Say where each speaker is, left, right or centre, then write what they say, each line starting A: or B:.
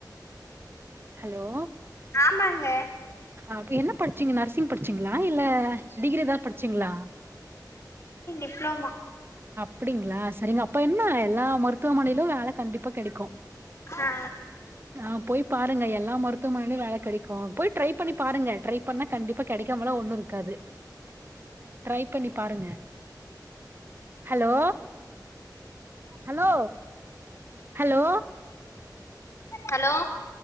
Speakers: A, on the right; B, on the left.
A: ஹலோ
B: ஆமாங்க
A: அப்டி என்ன படிச்சீங்க நர்சிங் படிச்சீங்களா இல்ல டிகிரி எதா படிச்சீங்களா
B: டிப்ளமோ
A: அப்டிங்களா சரிங்க அப்ப என்ன எல்லா மருத்துவமனையிலு வேல கண்டிப்பா கெடைக்கு
B: ஆ
A: ஆ போய் பாருங்க எல் எல்லா மருத்துவமனையிலு வேல கெடைக்கு போய் ட்ரை பண்ணி பாருங்க ட்ரை பண்ணா கண்டிப்பா கெடைக்காமல ஒண்ணு இருக்காது ட்ரை பண்ணி பாருங்க ஹலோ ஹலோ ஹலோ
B: ஹலோ